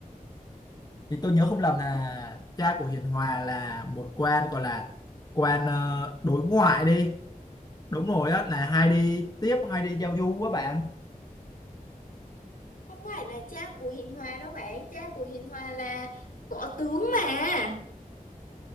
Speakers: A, on the left; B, on the left.
A: thì tôi nhớ không lầm là cha của Hiền Hòa là một quan gọi là quan ờ, đối ngoại đi đúng rồi á là hay đi tiếp hay đi giao du á bạn
B: không phải là cha của Hiền Hòa đâu bạn cha của Hiền Hòa là võ tướng mà